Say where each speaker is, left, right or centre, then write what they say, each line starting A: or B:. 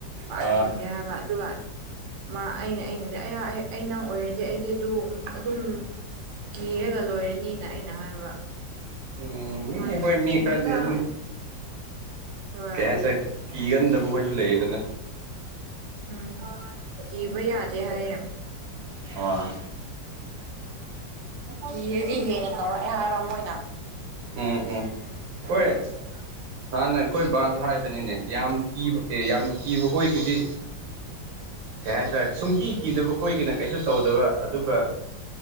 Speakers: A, on the right; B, on the right.
A: ꯄꯥꯛꯀꯤꯔꯦ
B: ꯑꯥ
A: ꯍꯥꯏꯕ ꯑꯗꯨꯒ ꯃꯥ ꯑꯩꯅ ꯑꯩꯅꯗꯤ ꯑ ꯅꯪ ꯑꯣꯏꯔꯗꯤ ꯑꯩꯗꯤ ꯑꯗꯨ ꯑꯗꯨꯝ ꯀꯤꯔꯒ ꯂꯣꯏꯔꯅꯤꯅ ꯑꯩꯅ ꯍꯥꯏꯕ
B: ꯎꯝ ꯑꯩꯈꯣꯏ
A: ꯃꯥꯅ
B: ꯃꯤ
A: ꯀꯤꯗꯦꯗ
B: ꯈꯔꯗꯤ ꯑꯗꯨꯝ
A: ꯍꯣꯏ
B: ꯀꯩꯍꯥꯏꯁꯤꯔ ꯀꯤꯒꯟꯗꯕꯈꯣꯏꯁꯨ ꯂꯩꯗꯅ꯫
A: ꯎꯝ ꯀꯤꯕ ꯌꯥꯗꯦ ꯍꯥꯏꯌꯦ
B: ꯑꯣ
A: ꯀꯤꯔꯗꯤ ꯍꯦꯟꯅ ꯇꯧꯔꯛꯑꯦ ꯍꯥꯏꯕ ꯃꯣꯏꯅ
B: ꯎꯝ ꯎꯝ ꯍꯣꯏ ꯍꯥꯟꯅ ꯑꯩꯈꯣꯏ ꯕꯥꯁꯨ ꯍꯥꯏꯕꯅꯤꯅꯦ ꯌꯥꯝ ꯀꯤꯕ ꯑꯦ ꯌꯥꯝ ꯀꯤꯕ ꯑꯩꯈꯣꯏꯒꯤꯗꯤ ꯀꯩ ꯍꯥꯏꯇ ꯁꯨꯡꯀꯤ ꯀꯤꯗꯕ ꯈꯣꯏꯒꯤꯅ ꯀꯩꯁꯨ ꯇꯧꯗꯕ ꯑꯗꯨꯒ